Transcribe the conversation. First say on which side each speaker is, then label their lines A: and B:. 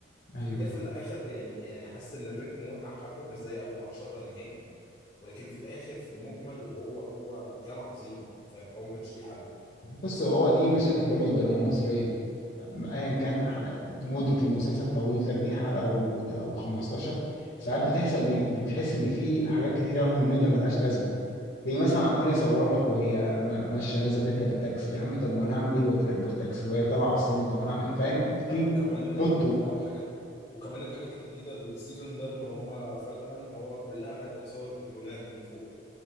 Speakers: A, on the left; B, on the left.
A: ايوه
B: جه في الاخر يعني يعني حس ان الريتم وقع حبه مش زي اول عشرة نهائي ولكن في الاخر في المجمل هو هو كان عظيم فاهم هو ما كانش ليه حل
A: بص هو دي مشاكل برضو الدراما المصريه ايا كان ح- مده المسلسل طويل 30 حلقه او او 15 ساعات بتحصل لي- بتحس ان في حاجات كتير قوي ممله ملهاش لازمه زي مثلا عمال يصور لك وهي م- ماشيه نازله تركب التاكسي يا عم طب وانا هعمل ايه وهي راكبه التاكسي وهي طالعه على السلم طب انا هعمل ايه فاهم
B: لا
A: في
B: وكمان
A: بيمطوا
B: الحاجات وكمان الحاجات الجديدة السيزون ده ان هم فجأة ان هو كلها بقت بتصور بدرونات من فوق